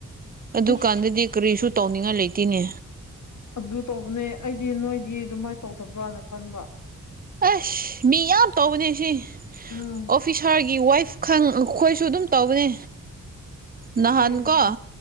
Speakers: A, on the right; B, on the left.
A: ꯑꯗꯨꯀꯥꯟꯗꯗꯤ
B: ꯑꯁ
A: ꯀꯔꯤꯁꯨ ꯇꯧꯅꯤꯡꯉꯥꯏ ꯂꯩꯇꯦꯅꯦ
B: ꯑꯗꯨ ꯇꯧꯕꯅꯦ ꯑꯩꯗꯤ ꯅꯣꯏꯗꯤ ꯑꯗꯨꯃꯥꯏꯅ ꯇꯧꯗꯕ꯭ꯔꯅ ꯈꯟꯕ
A: ꯑꯁ ꯃꯤ ꯌꯥꯝ ꯇꯧꯕꯅꯦ ꯁꯤ
B: ꯎꯝ
A: ꯑꯣꯐꯤꯁꯥꯔꯒꯤ ꯋꯥꯏꯐ ꯈꯪ ꯑꯩꯈꯣꯏꯁꯨ ꯑꯗꯨꯝ ꯇꯧꯕꯅꯦ ꯅꯍꯥꯟ
B: ꯂꯩꯕꯅꯦ
A: ꯀꯣ